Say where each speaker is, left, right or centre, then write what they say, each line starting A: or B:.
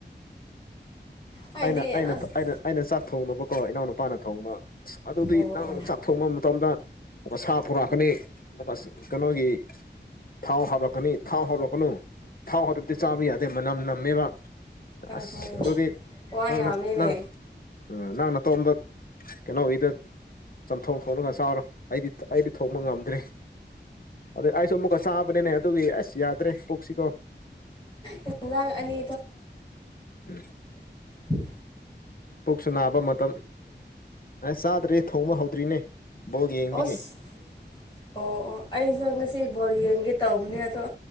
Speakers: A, on the left (about 25°); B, on the left (about 50°).
A: ꯍꯥꯏꯗꯤ
B: ꯎꯝ ꯑꯩꯅ ꯑꯩꯅ
A: ꯑꯁ
B: ꯑꯩꯅ ꯑꯩꯅ ꯆꯥꯛ ꯊꯣꯡꯉꯕꯀꯣ ꯏꯅꯥꯎ ꯅꯨꯨꯄꯥꯅ ꯊꯣꯡꯕ ꯑꯁ ꯑꯗꯨꯗꯤ
A: ꯑꯣ
B: ꯅꯪ
A: ꯑꯣ
B: ꯆꯥꯛ ꯊꯣꯡꯕ ꯃꯇꯝꯗ ꯁꯥ ꯄꯨꯣꯔꯛꯀꯅꯤ ꯑꯗꯨꯒ ꯀꯩꯅꯣꯒꯤ ꯊꯥꯎ ꯍꯥꯔꯛꯄ ꯀꯅꯤ ꯊꯥꯎ ꯍꯧꯔꯛꯀꯅꯨ ꯊꯥꯎ ꯍꯧꯗꯕꯗꯤ ꯆꯥꯕ ꯌꯥꯗꯦ ꯃꯅꯝ ꯅꯝꯃꯦꯕ
A: ꯑꯥ
B: ꯑꯁ
A: ꯍꯣꯏ
B: ꯑꯗꯨꯗꯤ
A: ꯋꯥ
B: ꯅꯪꯅ
A: ꯌꯥꯝꯃꯦꯅꯦ
B: ꯅꯪ ꯎ ꯅꯪ ꯅ ꯇꯣꯝꯗ ꯀꯩꯅꯣꯒꯤꯗ ꯆꯝꯊꯣꯡ ꯊꯣꯛꯅꯤꯡꯒ ꯆꯥꯎꯔꯣ ꯑꯩꯗꯤ ꯑꯩꯗꯤ ꯊꯣꯡꯕ ꯉꯝꯗ꯭ꯔꯦ ꯑꯗ ꯑꯥꯏ ꯁꯝꯃꯨ ꯀ ꯁꯥꯄꯅꯤꯅꯦ ꯑꯗꯨꯒꯤ ꯑꯁ ꯌꯥꯗ꯭ꯔꯦ ꯄꯣꯛꯁꯤꯀꯣ
A: ꯌꯦꯟꯖꯥꯡ ꯑꯅꯤ
B: ꯎꯝ
A: ꯎꯝ
B: ꯄꯨꯛꯁꯨ ꯅꯥꯕ ꯃꯇꯝ ꯑꯁ ꯆꯥꯗ꯭ꯔꯦ ꯊꯣꯡꯕ ꯍꯧꯗ꯭ꯔꯤꯅꯦ ꯕ ꯌꯦꯕꯒꯤ
A: ꯑꯁ ꯑꯣ ꯑꯩꯁꯨ ꯑꯣ ꯉꯁꯤ ꯕꯣꯜ ꯌꯦꯡꯒꯦ ꯇꯧꯕꯅꯦ ꯑꯗꯣ